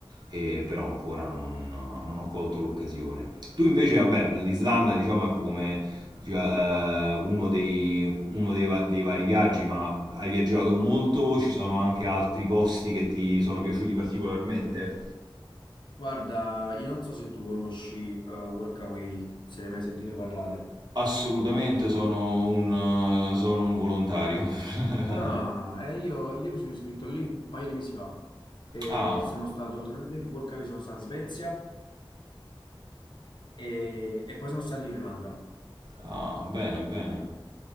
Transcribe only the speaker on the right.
e però ancora non, non ho colto l'occasione. Tu invece, vabbè, l'Islanda diciamo ecco come già, eh, uno, dei, uno dei, va- dei vari viaggi, ma hai viaggiato molto, ci sono anche altri posti che ti sono piaciuti particolarmente?
Assolutamente sono un, eh, sono un volontario. <laughs>
Ah,
Ah, bene, bene.